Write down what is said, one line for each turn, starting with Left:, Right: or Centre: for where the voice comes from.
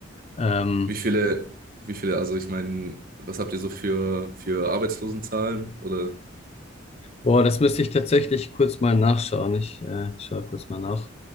Left: Ähm,
Right: Wie viele, wie viele, also ich meine, was habt ihr so für, für Arbeitslosenzahlen? Oder
Left: boah, das müsste ich tatsächlich kurz mal nachschauen. Ich äh, schaue kurz mal nach.